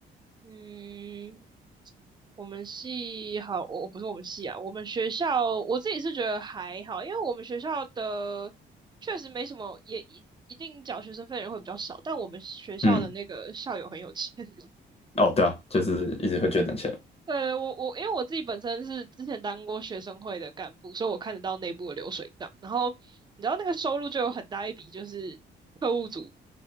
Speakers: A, on the right; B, on the left.
A: 嗯，我们系好，我不是我们系啊，我们学校我自己是觉得还好，因为我们学校的确实没什么，也一一定缴学生费的人会比较少，但我们学校的那个校友很有钱。
B: 嗯，
A: <laughs>
B: 哦，对啊，就是一直会捐点钱。
A: 呃，我我因为我自己本身是之前当过学生会的干部，所以我看得到内部的流水账。然后你知道那个收入就有很大一笔就是特务组